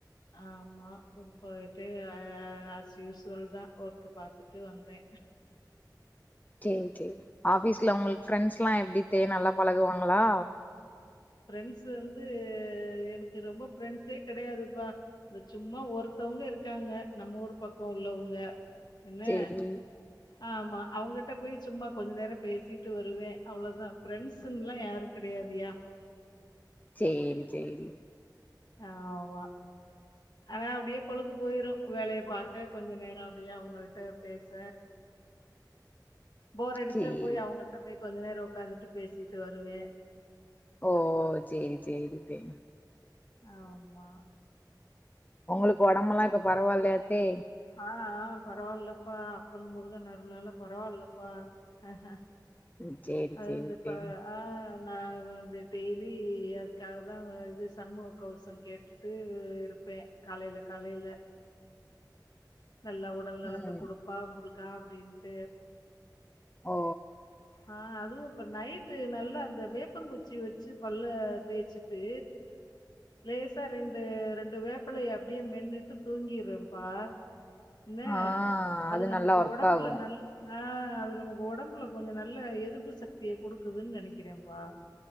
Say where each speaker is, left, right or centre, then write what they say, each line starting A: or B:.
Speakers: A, on the left; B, on the left.
A: ஆமா போயிட்டு அஸ்யூசல் தா ஒர்க்க பாத்துட்டு வந்தே
B: சேர் சேர் ஆபீஸ்ல உங்ளுக்கு ஃரெண்ட்ஸ் ல்லா எப்டி தே நல்லா பழகுவாங்களா
A: ப்ரெண்ட்ஸ் வந்து எனக்கு ரொம்ப ஃப்ரெண்ட்ஸே கெடயாதுப்பா இந்த சும்மா ஒருத்தவுங்க இருக்காங்க நம்ம ஊர் பக்கோ உள்ளவுங்க என்ன
B: சேரி
A: ஆமா அவங்கிட்ட போய் சும்மா கொஞ்ச நேரம் பேசிட்டு வருவே அவ்ளோதா ஃப்ரெண்ஸுன்லா யாரு கெடயாதுயா
B: சேரி சேரி
A: ஆமா ஆனா அப்டியே பொழுது போயிரு வேலைய பாக்க கொஞ்ச நேரோ அப்டியே அவுங்கள்ட்ட பேச போர் அடிச்சா
B: சேரி
A: போய் அவுங்கள்ட்ட போய் கொஞ்ச நேரோ ஒக்காந்துட்டு பேசிட்டு வருவே
B: ஓ சேரி சேரி தே
A: ஆமா
B: ஒங்களுக் ஒடம்புலா இப்ப பரவால்லயாத்தே
A: ஆ ஆ பரவால்லப்பா அப்பன் முருகன் அருளால பரவால்லப்பா ஆஹ
B: ம் சேரி
A: அது
B: சேரி
A: தப்பு
B: தே
A: ஆ நா வந்து டெய்லி அதுக்காக தா இது சண்முக கவுசோ கேட் டு இருப்பே காலைல காலைல நல்லா உடல் நலத்த
B: ம்
A: குடுப்பா முருகா அப்டின்ட்டு
B: ஓ
A: ஆ அதுவு இப்ப நைட்டு நல்லா அந்த வேப்பங்குச்சி வச்சு பல்ல தேய்ச்சுட்டு லேசா ரெண்டு ரெண்டு வேப்பலைய அப்டியே மென்னுட்டு தூங்கிறப்பா என்ன
B: ஆ
A: அது நமக்கு
B: நல்லா ஒர்க்
A: ஒடம்புல
B: ஆகு
A: நல் ஆ அது நமக்கு ஒடம்புல கொஞ்ச நல்ல எதிர்ப்பு சக்திய குடுக்குதுன்னு நெனைக்கிறப்பா